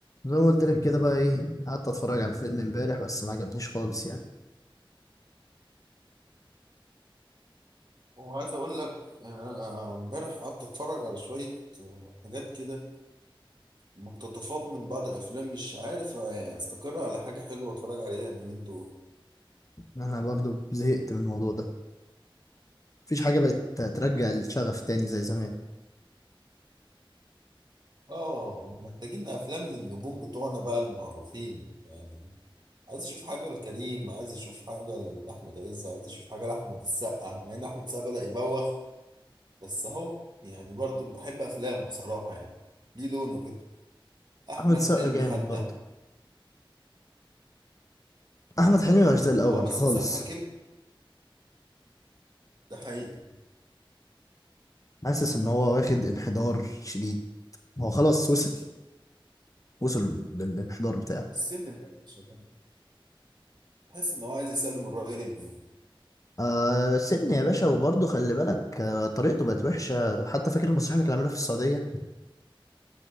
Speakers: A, on the left; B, on the right.
A: زي ما قلت لك كده <laughs> بقى ايه قعدت اتفرج على الفيلم امبارح بس ما عجبنيش خالص يعني
B: وعايز اقول لك يعني انا امبارح قعدت اتفرج على شويه آه، حاجات كده مقتطفات من بعض الافلام مش عارف يعني استقر على حاجه حلوه اتفرج عليها اليومين دول
A: انا برضو زهقت من الموضوع ده مفيش حاجه بقت ترجع الشغف تاني زي زمان
B: اه محتاجين افلام للنجوم بتوعنا بقى المعروفين يعني عايز اشوف حاجه لكريم عايز اشوف حاجه لاحمد عز عايز اشوف حاجه لاحمد السقا مع ان احمد السقا بدا يبوخ بس اهو يعني برضو بحب افلامه بصراحه يعني ليه لونه كده احمد
A: احمد السقا
B: حلمي
A: جامد
B: حتى
A: برضو احمد حلمي مش زي الاول
B: اه بس
A: خالص
B: من ساعه ما كبر ده حقيقي
A: حاسس ان هو واخد انحدار شديد هو خلاص وصل وصل للانحدار بتاعه
B: السن بقى يا شباب. تحس ان هو عايز يسلم الراجل ابنه
A: آه سن يا باشا وبرضه خلي بالك آه طريقته بقت وحشه حتى فاكر المسرحيه اللي كان عاملها في السعوديه